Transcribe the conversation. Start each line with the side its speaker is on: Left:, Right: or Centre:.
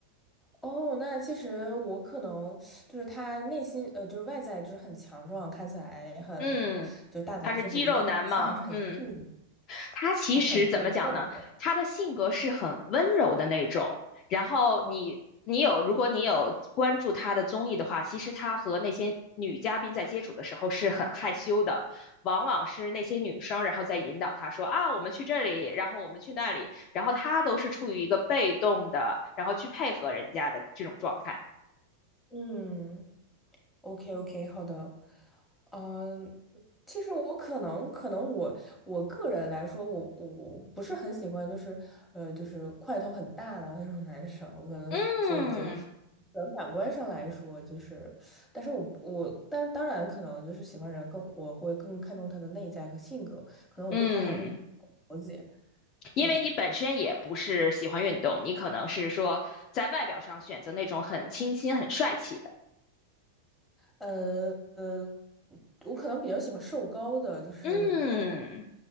Centre: 哦。那其实我可能就是他内心呃，就是外在就是很强壮，看起来很
Left: 嗯，
Centre: 就是大男子主义，
Left: 他是肌肉男嘛，
Centre: 但是内心还是很细腻，
Left: 嗯。他其实怎么讲呢？
Centre: 还是很会做的。
Left: 他的性格是很温柔的那种。然后你你有，
Centre: 哦，
Left: 如果你有关注他的综艺的话，其实他和那些女嘉宾在接触的时候是很害羞的，往往是那些女生然后在引导他说啊，我们去这里，然后我们去那里，然后他都是处于一个被动的，然后去配合人家的这种状态。
Centre: 嗯。OK OK，好的，嗯，其实我可能可能我我个人来说，我我我不是很喜欢，就是呃，就是块头很大的那种男生，可能所以就可
Left: 嗯
Centre: 能感官上来说，就是，但是我我但是当然可能就是喜欢人更我会更看重他的内在和性格，可能我对他还是不
Left: 嗯。
Centre: 了解，
Left: 因为你本身也不是喜欢运动，
Centre: 嗯
Left: 你可能是说在外表上选择那种很清新、很帅气的。
Centre: 呃呃，我可能比较喜欢瘦高的，就是
Left: 嗯，